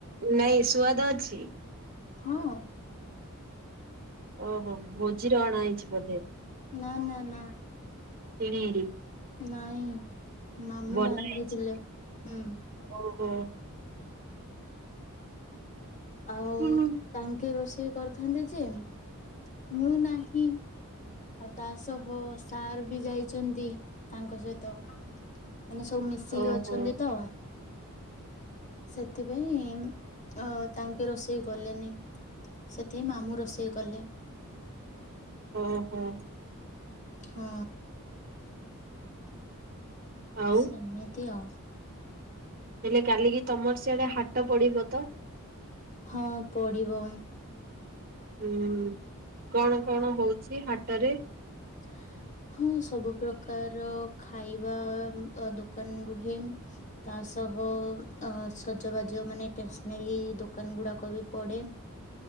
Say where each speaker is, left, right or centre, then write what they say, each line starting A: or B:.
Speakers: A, on the right (about 40°); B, on the left (about 35°).
A: ନାଇଁ ସୁଆଦ ଅଛି?
B: ହଁ।
A: ଓହୋ ଭୋଜିରୁ ଅଣା ହେଇଛି ବୋଧେ।
B: ନା ନା ନା।
A: କିଣି କିରି?
B: ନାଇଁ ମାମୁଁ
A: ବନା
B: ରାନ୍ଧିଥିଲେ।
A: ହେଇଛି
B: ହୁଁ
A: ଓହୋ।
B: ଆଉ
A: ହୁଁ।
B: ତାଙ୍କେ ରୋଷେଇ କରିଥାନ୍ତେ ଯେ ମୁଁ ନାହିଁ। ଆଉ ତା ସହ ସାର୍ ବି ଯାଇଛନ୍ତି ତାଙ୍କ ସହିତ। ମାନେ ସବୁ ମିଶିକି
A: ଓହୋ
B: ଅଛନ୍ତି ତ। ସେଥିପାଇଁ ଅ ତାଙ୍କେ ରୋଷେଇ କଲେନି। ସେଥି ପାଇଁ ମାମୁଁ ରୋଷେଇ କଲେ।
A: ଓହୋ।
B: ହୁଁ।
A: ଆଉ
B: ସେମିତି ଆଉ।
A: ହେଲେ କାଲିକି ତମର ସିଆଡେ ହାଟ ପଡିବ ତ?
B: ହଁ ପଡିବ।
A: ହୁଁ କଣ କଣ ହଉଛି ହାଟରେ।
B: <unintelligible> ହଁ ସବୁ ପ୍ରକାର ଖାଇବା ଦୋକାନ ରୁହେ। ତା ସହ ଅ ସଜବାଜ ମାନେ ଷ୍ଟେସନାରୀ ଦୋକାନ ଗୁଡାକ ବି ପଡେ।